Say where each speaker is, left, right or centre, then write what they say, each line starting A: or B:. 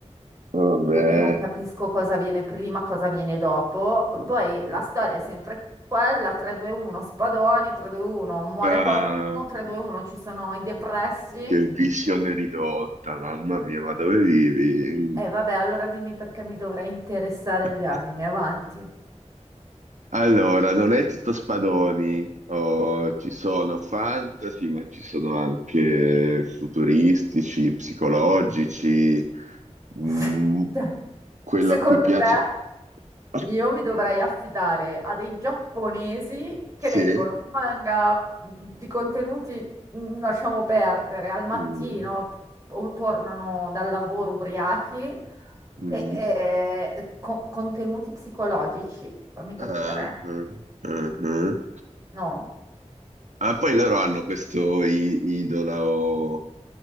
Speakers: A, on the right; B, on the right.
A: Vabbè.
B: perché io non capisco cosa viene prima, cosa viene dopo.
A: Vabbè.
B: Poi la storia è sempre quella, 3-2-1, spadoni, 3-2-1, muore qualcuno,
A: Eh,
B: 3-2-1, ci sono i depressi.
A: Che visione ridotta, mamma mia, ma dove vivi?
B: E vabbè, allora dimmi perché mi dovrei interessare
A: <laughs>
B: gli anime, avanti.
A: Allora, non è tutto spadoni, Oh, ci sono fantasy, ma ci sono anche futuristici, psicologici, Mm,
B: <laughs> Cioè,
A: quello
B: Secondo
A: a cui piace.
B: te?
A: <coughs>
B: Io mi dovrei affidare a dei giapponesi che
A: Sì.
B: leggono manga mhmm, di contenuti, mm, lasciamo perdere, al mattino
A: Mm,
B: mhmm, o tornano dal lavoro ubriachi
A: mm.
B: e, e con- contenuti psicologici, fammi capire,
A: Ah, ah, ah, ah.
B: no?
A: Ah, poi loro hanno questo i- idolo.